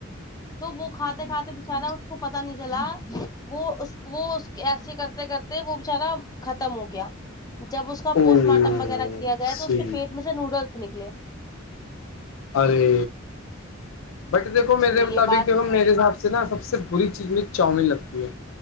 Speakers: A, on the left (about 20°); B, on the left (about 80°).
A: تو وہ کھاتے کھاتے بچارا اس کو پت نہیں چلا وہ وہ ایسے کرتے کرتے وہ بچارا ختم ہو گیا جب اس کا
B: ہ
A: پوسٹ مارٹم وغیرہ کیا گیا
B: سی
A: تو اس کے پیٹ میں سے نوڈلس نکلے
B: ارے بٹ دیکھو میرے
A: جی
B: مطابق
A: یہ بات
B: دیکھو میرے ساتھ جناا سب سے بری چیز مجھے چاؤمین لگتی ہے